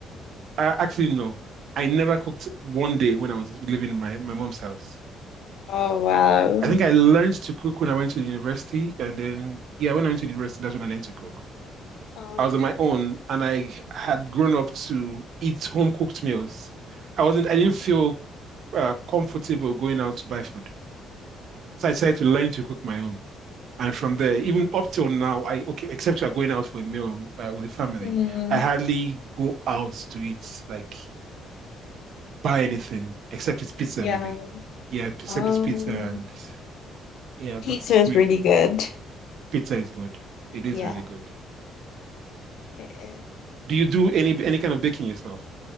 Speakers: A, on the right (about 65°); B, on the left (about 70°).
A: Uh, actually, no. I never cooked one day when I was living in my, my mom's house.
B: Oh wow.
A: I think I learned to cook when I went to the university, and then yeah, when I went to the university, that's when I learned to cook.
B: Oh.
A: I was on my own, and I had grown up to eat home cooked meals. I wasn't, I didn't
B: Um,
A: feel uh, comfortable going out to buy food, so I decided to learn to cook my own. And from there, even up till now, I okay, except you are going out for a meal uh, with the family,
B: Mm,
A: I hardly go out to eat, like buy anything except it's pizza,
B: yeah.
A: maybe. Yeah, except
B: um,
A: it's pizza and yeah, but
B: pizza is
A: we
B: really good.
A: pizza is good. It is
B: Yeah,
A: really good.
B: it is.
A: Do you do any any kind of baking yourself?